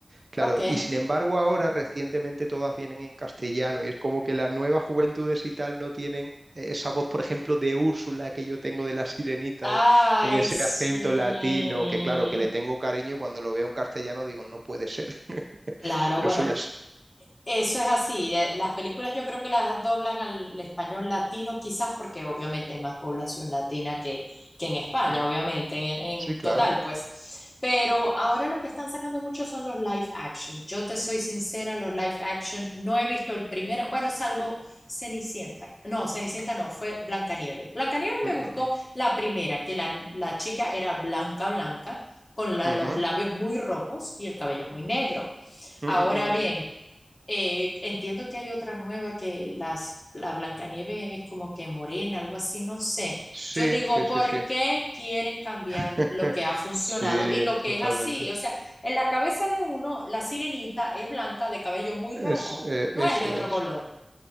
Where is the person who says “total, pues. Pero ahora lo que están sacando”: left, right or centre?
Left